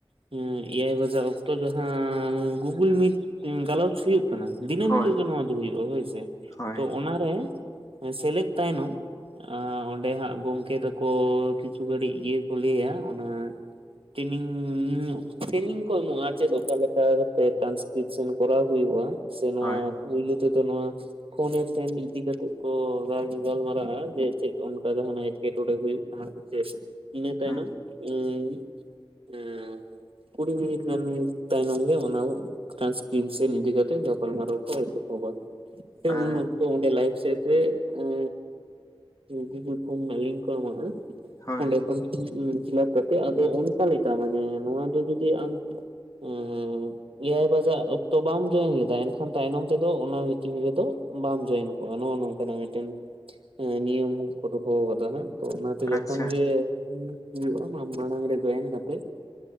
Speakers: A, on the right (about 70°); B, on the left (about 35°).
A: ᱦᱮᱸ ᱮᱭᱟᱭ ᱵᱟᱡᱟᱜ ᱚᱠᱛᱚ ᱡᱟᱦᱟᱸ ᱜᱩᱜᱩᱞ ᱢᱤᱴ ᱜᱟᱞᱚᱪ ᱦᱩᱭᱩᱜ ᱠᱟᱱᱟ ᱫᱤᱱᱟᱹᱢ
B: ᱦᱳᱭ
A: ᱦᱤᱞᱳᱜ ᱜᱮ ᱱᱚᱣᱟ ᱫᱚ ᱦᱩᱭᱩᱜᱼᱟ ᱦᱳᱭᱥᱮ
B: ᱦᱳᱭ
A: ᱛᱚ ᱚᱱᱟᱨᱮ ᱥᱮᱞᱮᱫ ᱛᱟᱭᱱᱚᱢ ᱟᱻ ᱚᱸᱰᱮ ᱦᱟᱸᱜ ᱜᱚᱝᱠᱮ ᱛᱟᱠᱚ ᱠᱤᱪᱷᱩ ᱜᱷᱟᱹᱲᱤᱡ ᱜᱤ ᱠᱚ ᱞᱟᱹᱭᱟ ᱚᱱᱟ ᱴᱤᱱᱤᱝ ᱴᱤᱱᱤᱝ ᱠᱚ ᱮᱢᱚᱜ-ᱟ ᱪᱮᱫ ᱚᱠᱟᱞᱮᱠᱟ ᱠᱚᱛᱮ ᱴᱨᱟᱱᱥᱠᱨᱤᱯᱥᱚᱱ ᱠᱚᱨᱟᱣ ᱦᱩᱭᱩᱜ-ᱟ ᱥᱮ ᱱᱚᱣᱟ
B: ᱦᱳᱭ
A: ᱯᱩᱭᱞᱳ ᱛᱮᱫᱚ ᱱᱚᱣᱟ ᱯᱷᱳᱱ ᱮ ᱯᱷᱮᱱᱰ ᱤᱫᱤ ᱠᱟᱛᱮᱜ ᱠᱚ ᱜᱟᱞᱢᱟᱨᱟᱜ-ᱟ ᱡᱮ ᱪᱮᱫ ᱚᱱᱠᱟ ᱫᱚ ᱦᱟᱱᱮ ᱮᱴᱠᱮᱴᱚᱬᱮ ᱦᱩᱭᱩᱜ ᱠᱟᱱᱟ ᱥᱮ ᱪᱮ ᱤᱱᱟᱹ ᱛᱟᱭᱱᱚᱢ
B: ᱦᱩᱸ
A: ᱩᱦ- ᱮᱸᱻ ᱠᱩᱲᱤ ᱢᱤᱱᱤᱴ ᱜᱟᱱ ᱛᱟᱭᱱᱚᱢ ᱜᱮ ᱚᱱᱟ ᱦᱚᱸ ᱴᱨᱟᱱᱥᱠᱤᱨᱤᱯᱥᱮᱱ ᱤᱫᱤ ᱠᱟᱛᱮ ᱜᱟᱯᱟᱞ ᱢᱟᱨᱟᱣ ᱠᱚ ᱮᱛᱚᱦᱚᱵᱟ
B: ᱟᱸ
A: ᱩᱱ ᱚᱠᱛᱚ ᱚᱸᱰᱮ ᱞᱟᱭᱤᱯᱷ ᱥᱮᱴ ᱨᱮ ᱮᱸᱻ ᱜᱩᱜᱩᱞ ᱯᱷᱳᱢ ᱱᱟᱜ ᱞᱤᱝᱠ ᱠᱚ ᱮᱢᱟ ᱟᱜ
B: ᱦᱳᱭ
A: ᱚᱱᱰᱮ- ᱩᱦ ᱩᱦ ᱯᱷᱤᱞᱟᱯ ᱠᱟᱛᱮ ᱟᱫᱚ ᱚᱱᱠᱟ ᱞᱮᱠᱟ ᱢᱟᱱᱮ ᱱᱚᱣᱟ ᱫᱚ ᱡᱩᱫᱤ ᱟᱢ- <unintelligible> ᱮᱭᱟᱭ ᱵᱟᱡᱟᱜ ᱚᱠᱛᱚ ᱵᱟᱢ ᱡᱚᱭᱮᱱ ᱞᱮᱫᱟ ᱮᱱ ᱠᱷᱟᱱ ᱛᱟᱭᱱᱚᱢ ᱛᱮᱫᱚ ᱚᱱᱟ ᱢᱤᱴᱤᱝ ᱨᱮᱫᱚ- ᱵᱟᱢ ᱡᱚᱭᱮᱱ ᱠᱚᱼᱟ ᱱᱚᱜᱼᱚᱭ ᱱᱚᱝᱠᱟᱱᱟᱜ ᱢᱤᱫᱴᱮᱱ ᱮᱸ ᱱᱤᱭᱟᱢ- ᱠᱚ ᱫᱚᱦᱚ ᱟᱠᱟᱫᱟ ᱦᱟᱸᱜ ᱛᱚ ᱚᱱᱟ ᱡᱚᱠᱷᱚᱱ
B: ᱟᱪᱪᱷᱟ
A: ᱜᱮ- ᱦᱤᱡᱩᱜᱼᱟ ᱟᱢ ᱢᱟᱲᱟᱝ ᱨᱮ ᱡᱚᱭᱮᱱ ᱠᱟᱛᱮ